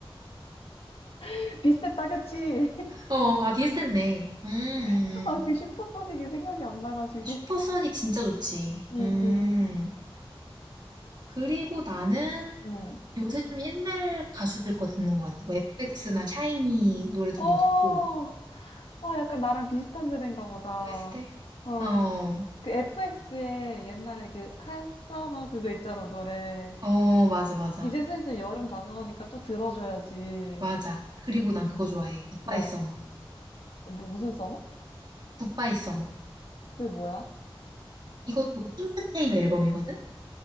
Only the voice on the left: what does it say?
<laughs> 비슷했다, 그치?
<laughs> 아,
그 슈퍼소닉이 생각이 안 나가지고.
응,
응,
응.
어, 어,
약간 나랑 비슷한 세대인가 보다.
어,
그 FX의 옛날에 그 핫서머 그거 있잖아, 노래.
이제 슬슬 여름 다가오니까 또 들어줘야지.
뭐,
뭐 무슨 서머?
그게 뭐야?